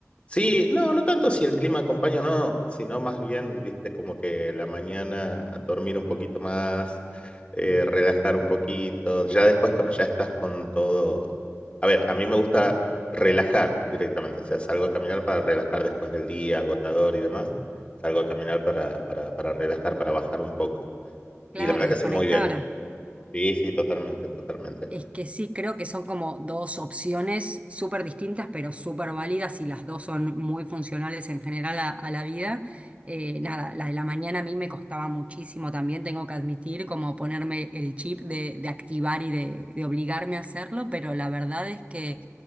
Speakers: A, on the left (about 25°); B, on the right (about 25°).
A: Sí, no, no tanto si el clima acompaña o no, sino más bien, viste, como que la mañana dormir un poquito más, eh, relajar un poquito, ya después cuando ya estás con todo... A ver, a mí me gusta relajar directamente, o sea, salgo a caminar para relajar después del día agotador y demás, salgo a caminar para, para, para relajar, para bajar un poco.
B: Claro,
A: Y la verdad
B: desconectar.
A: que hace muy bien. Sí, sí, totalmente, totalmente.
B: Es que sí, creo que son como dos opciones súper distintas, pero súper válidas y las dos son muy funcionales en general a, a la vida. Eh, nada, la de la mañana a mí me costaba muchísimo también, tengo que admitir, como ponerme el chip de, de activar y de, de obligarme a hacerlo, pero la verdad es que